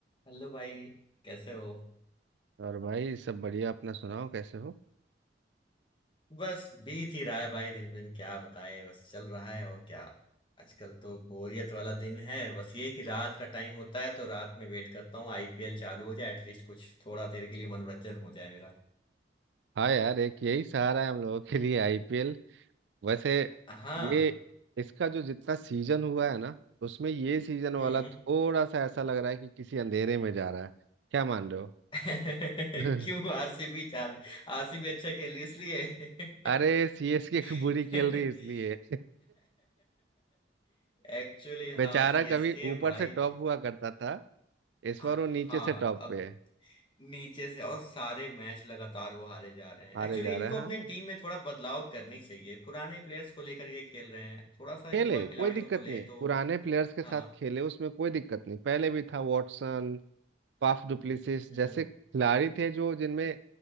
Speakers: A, on the left (about 30°); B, on the right (about 70°).
A: Hello भाई कैसे हो
B: और भाई सब बढ़िया अपना सुनाओ कैसे हो
A: बस बीत ही रहा है भाई दिन पे दिन क्या बताए बस चल रहा है और क्या आजकल तो बोरियत वाला दिन है बस ये कि रात का टाइम होता है तो रात में वेट करता हूँ आईपीएल चालू हो जाए एटलीस्ट कुछ थोड़ा देर के लिए मनोरंजन हो जाए मेरा
B: हाँ यार एक यही सहारा है हम लोगों के लिए आईपीएल वैसे
A: हाँ
B: ये इसका जो जितना सीजन हुआ है ना उसमें ये सीजन वाला
A: हम्म हम्म।
B: थोड़ा सा ऐसा लग रहा है कि किसी अंधेरे में जा रहा है क्या मान रहे हो
A: <laughs> क्यों
B: <laughs>
A: आरसीबी चाल आरसीबी अच्छा खेली इसलिए
B: अरे सीएसके की बुरी
A: <laughs>
B: खेल रही है इसलिए
A: एक्चुअली
B: <laughs> बेचारा
A: हाँ सीएसके
B: कभी ऊपर
A: भाई
B: से टॉप हुआ करता था इस
A: हाँ
B: बार वो नीचे से टॉप
A: अब
B: पे है
A: नीचे से और सारे मैच लगातार वो हारे जा रहे हैं
B: हारे
A: एक्चुअली
B: जा
A: इनको
B: रहा
A: अपने
B: है हाँ
A: टीम में थोड़ा बदलाव करनी चाहिए पुराने प्लेयर्स को लेकर ये खेल रहे हैं थोड़ा सा युवा
B: खेले
A: खिलाड़ियों
B: कोई दिक्कत
A: को ले
B: नहीं
A: तो
B: पुराने प्लेयर्स के साथ
A: हाँ
B: खेले उसमें कोई दिक्कत नहीं पहले भी था वॉटसन फाफ डुप्लेसिस
A: हम्म
B: जैसे खिलाड़ी थे जो जिनमें